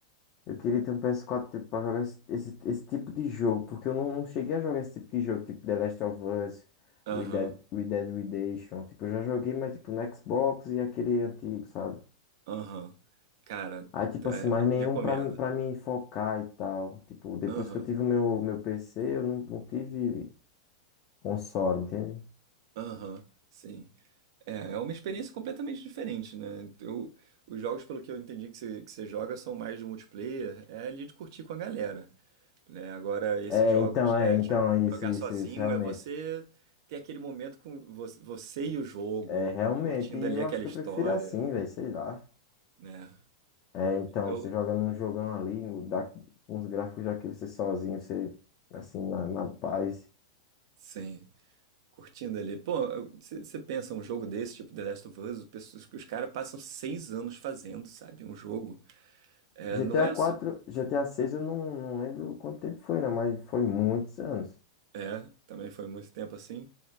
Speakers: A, on the left; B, on the right.
A: Eu queria ter um PS4 tipo, pra jogar esse, esse, esse tipo de jogo, porque eu não, não cheguei a jogar esse tipo de jogo, tipo The Last of Us,
B: Aham.
A: Red Dead, Red Dead Redemption. Tipo, eu já joguei, mas tipo no Xbox e aquele antigo, sabe?
B: Aham. Cara,
A: Aí, tipo
B: é,
A: assim, mas nenhum
B: recomendo.
A: pra, mim- pra me focar e tal. Tipo, depois
B: Aham.
A: que eu tive o meu, meu PC, eu não, não tive console, entende?
B: Aham. Sim. É, é uma experiência completamente diferente, né? Eu, os jogos, pelo que eu entendi que você, que você joga, são mais de multiplayer, é ali de curtir com a galera, né? Agora, esses
A: É,
B: jogos,
A: então, é,
B: é,
A: então,
B: de jo-
A: isso,
B: jogar
A: isso,
B: sozinho
A: isso, realmente.
B: é você ter aquele momento com vo- você e o jogo,
A: É, realmente,
B: curtindo
A: eu
B: ali aquela
A: acho que
B: história,
A: eu prefiro assim, velho, sei lá.
B: né?
A: É, então,
B: Eu,
A: você joga num jogão ali, dá uns gráficos daquele, você sozinho, você, assim, na, na paz.
B: sim. curtindo ali. Pô, você pensa, um jogo desse, tipo The Last of Us, os, pessoas- os caras passam seis anos fazendo, sabe? Um jogo. É,
A: GTA
B: não é.
A: 4,
B: isso
A: GTA 6, eu não, não lembro quanto tempo foi, né? Mas foi muitos anos.
B: É, também foi muito tempo assim.